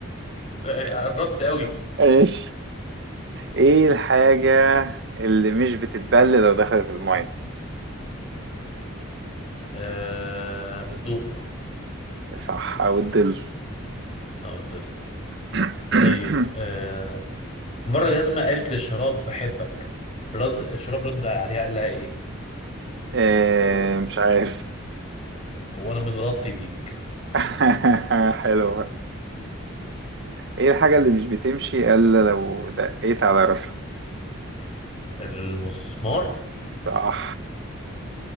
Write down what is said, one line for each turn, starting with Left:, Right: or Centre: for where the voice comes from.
Left: آه، آه، قربت قوي
Right: ماشي ايه الحاجة اللي مش بتتبل لو دخلت المية
Left: آه الضوء
Right: صح او الظل <clears throat>
Left: أو الظل
Right: <coughs>
Left: طيب آه مرة جزمة قالت للشراب بحبك رد الشراب رد عليها قال لها إيه؟
Right: إيه مش عارف
Left: وأنا متغطي بيك
Right: <laughs> حلوة ايه الحاجة اللي مش بتمشي الا لو دقيت على راسها
Left: المسمار
Right: صح